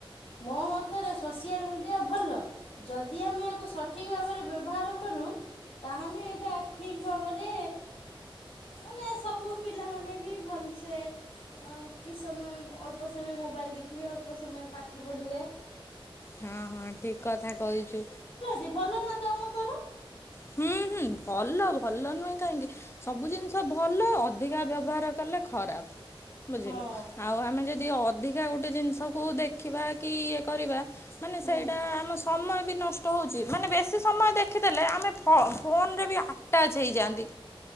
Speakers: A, on the left; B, on the left.
A: ମୋ ମତରେ ସୋସିଆଲ ମିଡିଆ ଭଲ। ଯଦି ଆମେ ଏହାକୁ ସଠିକ ଭାବରେ ବ୍ୟବହାର କରୁ ତାହଲେ ଏଇଟା ଠିକ ଭାବରେ ମାନେ ସବୁ ପିଲାମାନୋନେ ବି ଭଲସେ କିସ୍ ସମୟ ଅଳ୍ପ ସମୟ ମୋବାଇଲ ଦେଖିଲେ ଅଳ୍ପ ସମୟ ପାଠ ପଢ଼ିବେ
B: ହଁ ହଁ ଠିକ କଥା କହିଛୁ।
A: ସେ ଭଲ ନା ତମ ତୋର?
B: ହୁଁ ହୁଁ ଭଲ ଭଲ ନୁହେଁ କାହିଁକି? ସବୁ ଜିନିଷ ଭଲ ଅଧିକା ବ୍ୟବହାର କଲେ ଖରାପ। ବୁଝିଲୁ
A: ହଁ
B: ଆଉ ଆମେ ଯଦି ଅଧିକା ଗୋଟେ ଜିନିଷକୁ ଦେଖିବା କି ଇଏ କରିବା ମାନେ
A: ହୁଁ
B: ସେଇଟା ଆମ ସମୟ ବି ନଷ୍ଟ ହଉଛି ମାନେ ବେଶୀ ସମୟ ଦେଖିଦେଲେ ଆମେ ଫ ଫୋନରେ ବି ଆଟାଚ୍ ହେଇଯାଆନ୍ତି